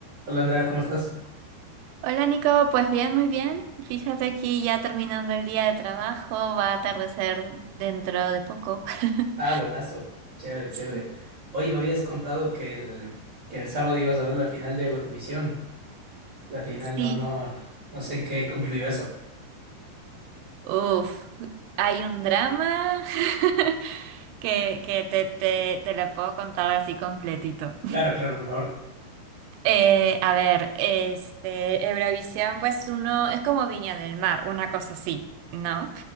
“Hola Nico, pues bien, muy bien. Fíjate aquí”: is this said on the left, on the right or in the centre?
Right